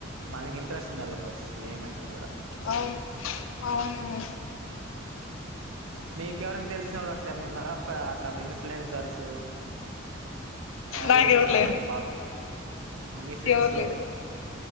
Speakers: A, on the right; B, on the left.
A: మనకి ఇంట్రెస్ట్ ఉండాల ఫస్ట్ ఏమైనా గూడా
B: అవును అవును
A: మీకెవరైనా తెలిసిన వాళ్ళు అట్ల ఏమన్నా ఉన్నరా అట్లా ఇన్ఫ్లుయెన్సర్స్ ఆ
B: నాకెవరు
A: రీల్స్ జెసేవాళ్ళు
B: లేరు
A: బాగా మీ ఫ్రెండ్స్
B: ఎవరు
A: లో
B: లేరు